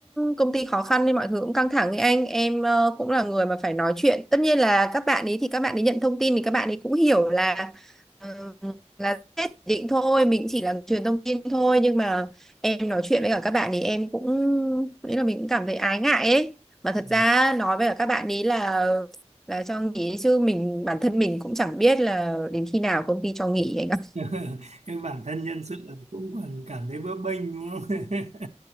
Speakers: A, in the centre; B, on the right.
A: công ty khó khăn nên mọi thứ cũng căng thẳng ấy anh em ờ, cũng là người mà phải nói chuyện tất nhiên là các bạn ấy thì các bạn ấy nhận thông tin thì các bạn ấy cũng hiểu là ờ, là sếp chỉ định thôi mình chỉ là truyền thông tin thôi nhưng mà em nói chuyện với cả các bạn ấy em cũng nghĩ là mình cũng cảm thấy ái ngại ấy mà thật
B: Ờ.
A: ra nói với cả các bạn ấy là là cho nghỉ chứ mình bản thân mình cũng chẳng biết là đến khi nào công ty cho nghỉ anh ạ
B: <laughs> Cái bản thân nhân sự cũng còn cảm thấy bấp bênh đúng không <laughs>